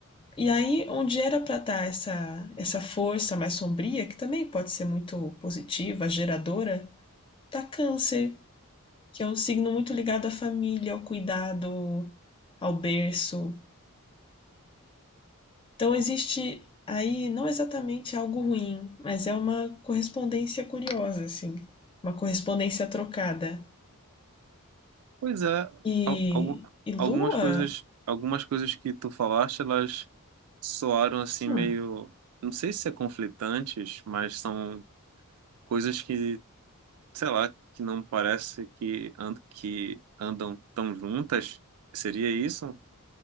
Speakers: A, on the left; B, on the right.
A: E aí, onde era para estar essa, essa força mais sombria, que também pode ser muito positiva, geradora, tá Câncer, que é um signo muito ligado à família, ao cuidado, ao berço, Então existe aí não exatamente algo ruim, mas é uma correspondência curiosa, assim. Uma correspondência trocada.
B: Pois é,
A: E,
B: al- algu-
A: e
B: algumas
A: Lua?
B: coisas, algumas coisas que tu falaste, elas soaram assim
A: Hum,
B: meio, não sei se é conflitantes, mas são coisas que, sei lá, que não parece que, and, que andam tão juntas. Seria isso?